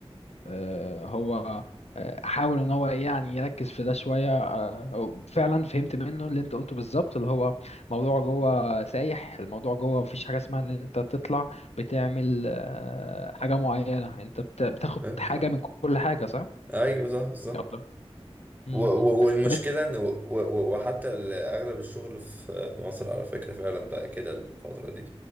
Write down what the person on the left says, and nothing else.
آه، هو آه، حاول ان هو يعني يركز في ده شويه آه، أو فعلا فهمت منه اللي انت قلته بالظبط اللي هو موضوع جوه سايح الموضوع جوه مفيش حاجه اسمها ان انت تطلع بتعمل آه، حاجه معينه انت بت- بتاخد
حاجه
من كل حاجه صح
يلا مم،
مم.
طب انت